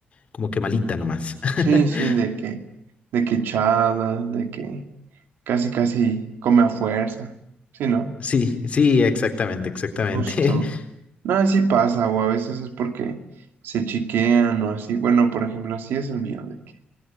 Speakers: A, on the left; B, on the right.
A: como que malita nomás. <laughs>
B: Sí, sí, de que, de que echada, de que Casi, casi come a fuerza. Sí, ¿no?
A: Sí, sí, exactamente, exactamente.
B: Justo.
A: <laughs>
B: No, sí pasa, o a veces es porque se chiquean o así. Bueno, por ejemplo, así es el mío, de que